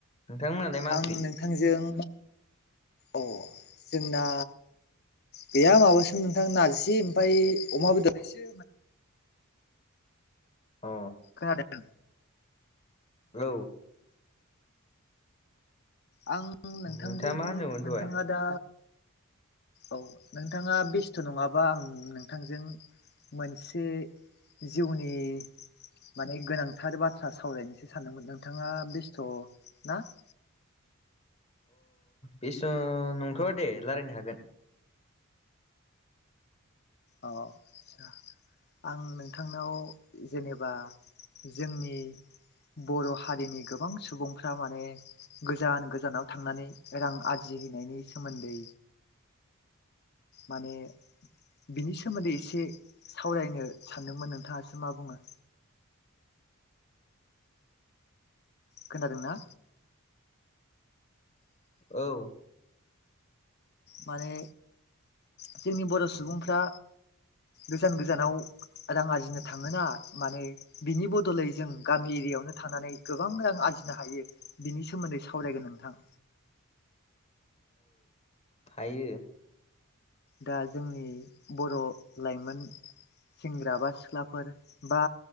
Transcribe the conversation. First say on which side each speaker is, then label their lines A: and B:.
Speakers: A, on the left; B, on the left.
A: नोंथांमोनालाय मा
B: आं
A: ओंख्रि
B: नोंथांजों अ जोंना गैया माबासोमोन नोंथां नार्जि ओमफ्राय अमाबो दनोसो
A: अ
B: खोनादों
A: औ
B: आं नोंथांजों
A: नोंथाङा मा होनदोंमोन
B: नोंथाङा
A: दहाय
B: दा औ नोंथाङा बेस्थ' नङाबा आं नोंथांजों मोनसे जिउनि माने गोनांथार बाथ्रा सावरायनोसो सानदोंमोन नोंथाङा बेस्थ' ना <inaudible>
A: बेसु नंथ'व दे रायजलायनो हागोन
B: अ आसा आं नोंथांनाव जेनेबा जोंनि बर' हारिनि गोबां सुबुंफ्रा माने गोजान गोजानाव थांनानै रां आरजिहैनायनि सोमोन्दै माने बिनि सोमोन्दै एसे सावरायनो सानदोंमोन नोंथाङासो मा बुङो? खोनादों ना?
A: औ
B: माने जोंनि बर' सुबुंफ्रा गोजान गोजानाव रां आरजिनो थाङोना माने बिनि बदलै जों गामि एरियावनो थानानै गोबां रां आर जिनो हायो बिनि सोमोन्दै सावरायगोन नोंथां।
A: थायो।
B: दा जोंनि बर' लाइमोन सेंग्रा बा सिख्लाफोर बा